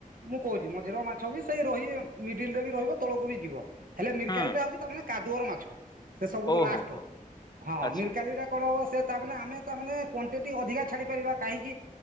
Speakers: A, on the right; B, on the left.
A: ମୁଁ କହୁଛିି ମଝିରେ ମାଛ ବି ସେଇ ରୋହି ମିଡିଲ ରେ ବି ରହିବ ତଳକୁ ବି ଯିବ। ହେଲେ ମିରିକାଳି
B: ହଁ
A: ଟା ହଉଛି ତାମାନେ କାଦୁଅର ମାଛ ସେ ସବୁଠୁ
B: ଓହୋ
A: ଲାଷ୍ଟ।
B: ହୋ
A: ହଁ
B: ଆଚ୍ଛା
A: ମିରକାଲି
B: ଆଚ୍ଛା
A: ଟା କଣ ହବ ସେ ତାମାନେ ଆମେ ତାମାନେ କ୍ୱାଣ୍ଟିଟି ଅଧିକା ଛାଡି ପାରିବା କାହିଁକି?